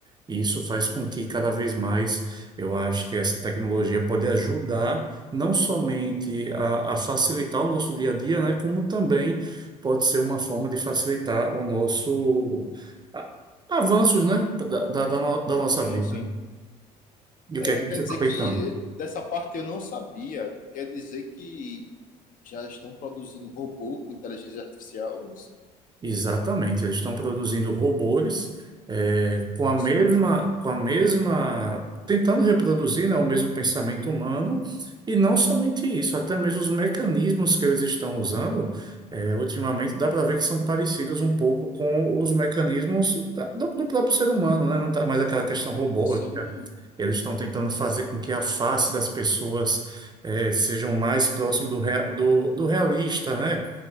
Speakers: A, on the right (about 20°); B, on the left (about 45°).
A: E Isso faz com que cada vez mais eu acho que essa tecnologia pode ajudar não somente a, a facilitar o nosso dia a dia, né, como também pode ser uma forma de facilitar o nosso a- avanços, né, da, da, da no- da nossa
B: Sim,
A: vida.
B: sim.
A: E o
B: É,
A: que é que
B: quer
A: você está
B: dizer
A: pensando?
B: que eh, dessa parte eu não sabia. Quer dizer que já estão produzindo robô com inteligência artificial?
A: Exatamente, eles estão produzindo robôs eh, com a mesma,
B: Sim,
A: com a mesma, tentando reproduzir, né, o mesmo pensamento humano, e não somente isso, até mesmo os mecanismos que eles estão usando, eh, ultimamente dá para ver que são parecidos um pouco com os mecanismos da- do, do próprio ser humano, né? Não tá mais aquela questão robótica.
B: sim.
A: Eles estão tentando fazer com que a face das pessoas eh, sejam mais próximo do, rea- do, do realista, né?